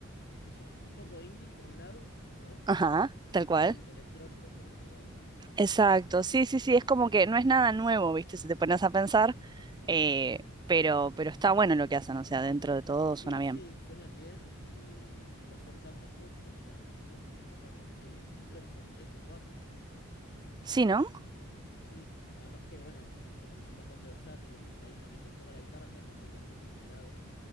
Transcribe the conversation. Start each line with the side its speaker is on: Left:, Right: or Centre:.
Left: es un poco indie por un lado, ¿no?
Right: Ajá,
Left: Y
Right: tal
Left: un
Right: cual.
Left: poco el- electrónico por el otro lado.
Right: Exacto, sí,
Left: Eh,
Right: sí, sí, es como que no es nada nuevo, ¿viste? Si te pones a pensar,
Left: sí.
Right: eh, pero, pero está bueno lo que hacen, o sea, dentro de todo
Left: Sí,
Right: suena bien.
Left: sí, suenan bien y, y no son tantos músicos, o sea, co- son bastante, creo que son tres o cuatro.
Right: Sí, ¿no?
Left: Sí, nada más que bueno, es como que son bastante versátiles, o sea, hay uno que te toca la guitarra, también tiene las teclas al lado,